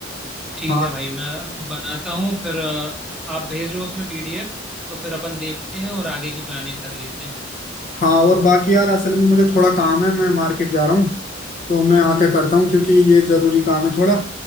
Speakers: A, in the centre; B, on the left.
A: ठीक
B: हाँ
A: है भाई मैं बनाता हूँ फिर अ, आप भेजो उसमें पीडीएफ तो फिर अपन देखते हैं और आगे की प्लानिंग कर लेते हैं
B: हाँ और बाकी यार असल में मुझे थोड़ा काम है मैं मार्केट जा रहा हूँ तो मैं आके करता हूँ क्योंकि ये जरूरी काम है थोड़ा